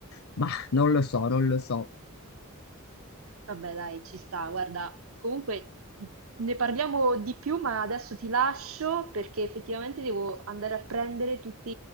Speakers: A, on the left (about 80°); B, on the right (about 75°).
A: Bah, non lo so, non lo so.
B: Vabbè, dai, ci sta. Guarda, comunque ne parliamo di più, ma adesso ti lascio perché effettivamente devo andare a prendere tutti